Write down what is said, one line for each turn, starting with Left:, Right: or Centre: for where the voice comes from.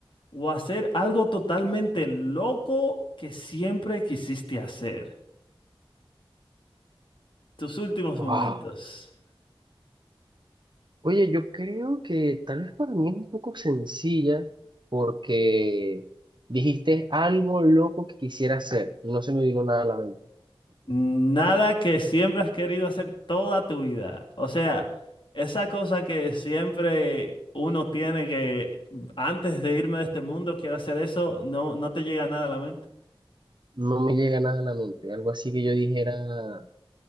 Left: o hacer algo totalmente loco que siempre quisiste hacer. Tus últimos
Right: Wow.
Left: momentos.
Right: Oye, yo creo que tal vez para mí es un poco sencilla porque dijiste algo loco que quisiera hacer. No se me vino nada a la mente.
Left: Nada que siempre has querido hacer toda tu vida. O sea, esa cosa que siempre uno tiene que antes de irme de este mundo quiero hacer eso, no, no te llega nada a la mente.
Right: No me llega nada a la mente. Algo así que yo dijera,